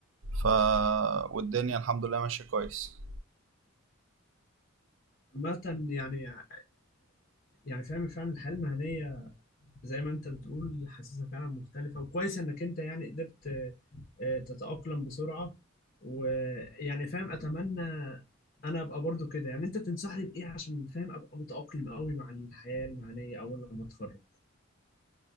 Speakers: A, on the right; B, on the left.
A: ف والدنيا الحمد لله ماشية كويس
B: عامة يعني آه، يعني فاهم فعلا الحياة المهنية زي ما انت بتقول حاسسها فعلا مختلفة وكويس انك انت يعني قدرت آه، تتأقلم بسرعة ويعني فاهم اتمنى انا ابقى برضو كده يعني انت تنصحني بايه عشان فاهم ابقى متأقلم قوي مع الحياة المهنية اول لما اتخرج